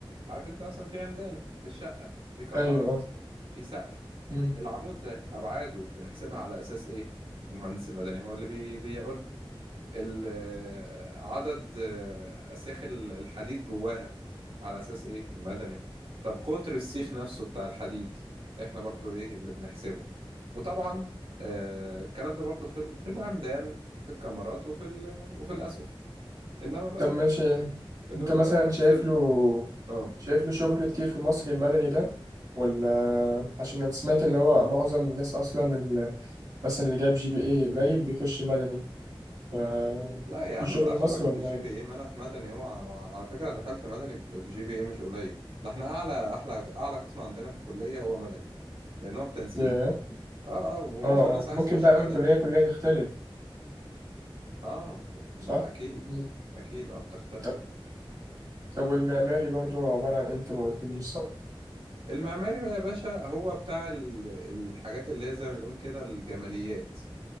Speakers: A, on the right; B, on the right.
A: عارف انت مثلا في عمدان في الشقة في كمرات
B: ايوه اه
A: في سقف
B: مم.
A: العمود ده أبعاده بنحسبها على أساس إيه المهندس المدني هو اللي بي بيقول ال- آه، عدد آه، أسياخ ال- الحديد جواها على أساس إيه؟ المدني طب قطر السيخ نفسه بتاع الحديد إحنا برضو إيه اللي بنحسبه وطبعا آه، الكلام ده برضو في ال- في الأمدان في الكاميرات وفي ال- وفي الأسقف إنما بقى
B: طب ماشي
A: إنما
B: انت مثلا
A: بقى المهندس
B: شايف
A: ال...
B: له
A: آه
B: شايف له شغل كتير في مصر المدني ده ولا عشان انا سمعت اللي هو معظم الناس اصلا ال- مثلا اللي جاب جي بي اي قليل بيخش مدني ف-
A: لا يا عم
B: في شغل
A: ملهاش
B: مصري
A: علاقة
B: ولا
A: بالجي بي إيه ما أنا في مدني هو ع- على فكرة أنا دخلت مدني ب- بجي بي إيه مش قليل ده إحنا أعلى أحلى أعلى قسم عندنا في الكلية هو مدني لأن هو التنسيق
B: ياه
A: اه اه ومعظم
B: اه
A: الناس
B: اه
A: عايز
B: ممكن
A: تخش
B: بقى
A: مدني
B: من كلية كلية تختلف
A: اه ما
B: صح؟
A: اكيد
B: مم.
A: اكيد اه بتختلف
B: طب طب والمعماري برضو عبارة عن ايه انت ما قلتليش صح؟
A: المعماري بقى يا باشا هو بتاع ال- الحاجات اللي هي زي ما نقول كده الجماليات